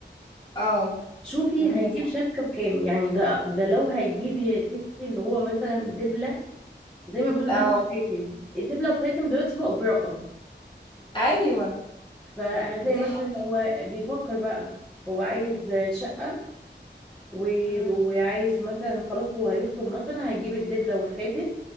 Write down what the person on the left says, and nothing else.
اه
مم،
اه
ايوه
دي
حقيقة
مم،